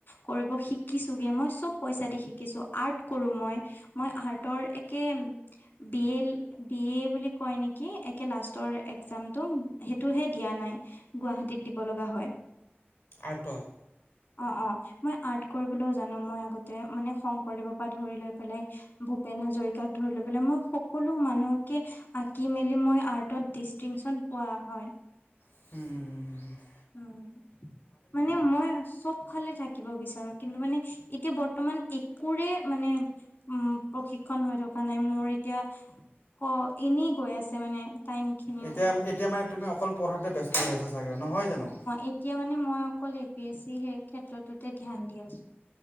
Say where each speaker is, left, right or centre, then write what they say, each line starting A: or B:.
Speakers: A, on the left; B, on the left.
A: কৰিব শিকিছোঁগে, মই চব পইচা দি শিকিছোঁ, আৰ্ট কৰোঁ মই, মই আৰ্টৰ একেম বি এল- ডি এ বুলি কয় নে কি, একে লাষ্টৰ এক্সামটো? সেইটোহে দিয়া নাই। গুৱাহাটীত দিব লগা হয়।
B: আৰ্টৰ
A: অ', অ'। মই আৰ্ট কৰিবলৈও জানো। মই আগতে মানে শংকৰদেৱৰ পৰা ধৰি লৈ পেলাই ভূপেন হাজৰিকাক ধৰি লৈ পেলাই মই সকলো মানুহকে আ কি মেলি মই আৰ্টত ডিষ্টিংচন পোৱা হয়।
B: হুম।
A: উম, মানে মই চব ফালে থাকিব বিচাৰোঁ। কিন্তু মানে এতিয়া বৰ্তমান একোৰে মানে উম, প্ৰশিক্ষণ হৈ থকা নাই। মোৰ এতিয়া, ক এনেই গৈ আছে মানে। টাইম খিনিও
B: এতিয়া এতিয়া মানে তুমি অকল পঢ়াতে ব্যস্ত হৈ আছা চাগে নহয় জানো? অ'।
A: এতিয়া মানে মই অকল এ পি এছ চি সেই ক্ষেত্ৰতোতে ধ্যান দি আছোঁ।